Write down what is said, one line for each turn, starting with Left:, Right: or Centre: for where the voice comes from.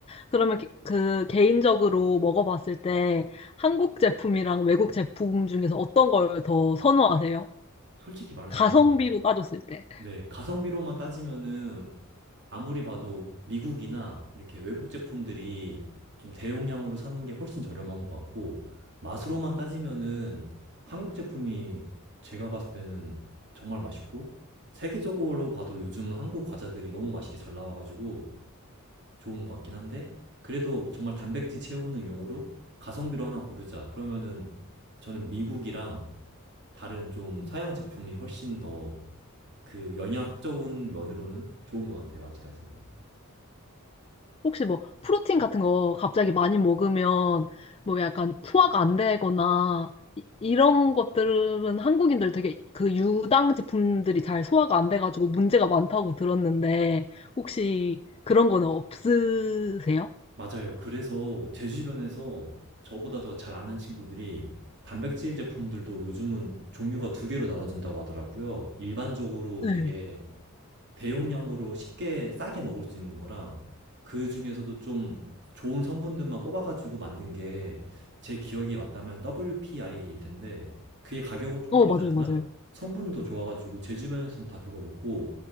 Left: 그러면 게- 그 개인적으로 먹어봤을 때 한국 제품이랑 외국 제품 중에서 어떤 걸 더 선호하세요?
Right: 솔직히 말하자면
Left: 가성비로 따졌을 때.
Right: 네, 가성비로만 따지면은 아무리 봐도 미국이나 이렇게 외국 제품들이 좀 대용량으로 사는 게 훨씬 저렴한 것 같고, 맛으로만 따지면은 한국 제품이 제가 봤을 때는 정말 맛있고, 세계적으로 봐도 요즘은 한국 과자들이 너무 맛있게 잘 나와가지고 좋은 것 같긴 한데, 그래도 정말 단백질 채우는 용으로 가성비로 하나 고르자. 그러면은 저는 미국이랑 다른 좀
Left: 음.
Right: 서양 제품이 훨씬 더 그 영양학적인 면으로는 좋은 것 같아요, 아직까지는.
Left: 혹시 뭐 프로틴 같은 거 갑자기 많이 먹으면 뭐 약간 소화가 안 되거나 이- 이런 것들은 한국인들 되게 그 유당 제품들이 잘 소화가 안 돼가지고 문제가 많다고 들었는데 혹시 그런 거는 없으세요?
Right: 맞아요. 그래서 제 주변에서 저보다 더 잘 아는 친구들이 단백질 제품들도 요즘은 종류가 두 개로 나눠진다고 하더라고요. 일반적으로
Left: 네.
Right: 되게 대용량으로 쉽게 싸게 먹을 수 있는 거랑 그 중에서도 좀 좋은 성분들만 뽑아가지고 만든 게 제 기억이 맞다면 WPI일 텐데 그게 가격은 좀
Left: 어,
Right: 더 비싸지만
Left: 맞아요, 맞아요.
Right: 성분은 더 좋아가지고 제 주변에서는 다 그거 먹고